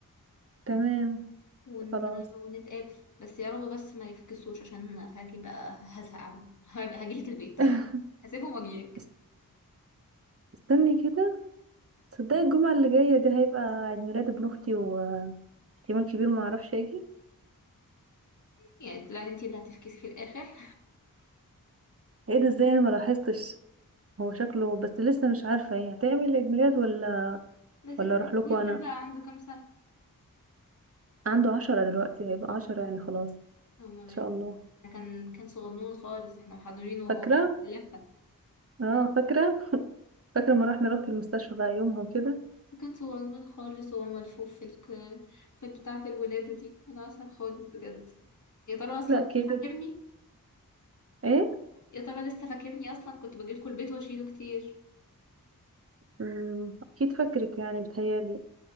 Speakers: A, on the right; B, on the left.
A: تمام
B: ون...
A: خلاص
B: ونتقابل بس يا رب بس ما يفكسوش عشان هاجي بقى هزهق عنكم <laughs> هاج- هاجيلك البيت
A: <laughs>
B: <laughs> هسيبهم واجيلك
A: است- استني كده تصدقي الجمعه اللي جايه دي هيبقى عيد ميلاد ابن اختي واحتمال كبير ما اعرفش اجي
B: يعني لا انتي اللي هتفكسي في الاخر <laughs>
A: ايه ده ازاي انا ما لاحظتش هو شكله بس لسه مش عارفه هي هتعمل عيد ميلاد ولا
B: بس
A: ولا
B: الكتكوت
A: اروح لكم انا
B: ده بقى عنده كام سنة
A: عنده عشرة دلوقتي هيبقى عشرة يعني خلاص ان
B: هو ما بين-
A: شاء الله
B: ده كان كان صغنون خالص احنا محضرينه وهو
A: فاكرة
B: لفة
A: اه فاكرة فاكرة ما رحنا رحت المستشفى بقى يومها وكده
B: وكان صغنن خالص وهو ملفوف في الك... في بتاعة الولادة دي أنا أصلا خالص بجد يا ترى أصلا
A: لا كبر
B: فاكرني
A: ايه
B: يا ترى لسه فاكرني أصلا كنت بجيلكوا البيت وأشيله كتير
A: مم، اكيد فاكرك يعني بتهيالي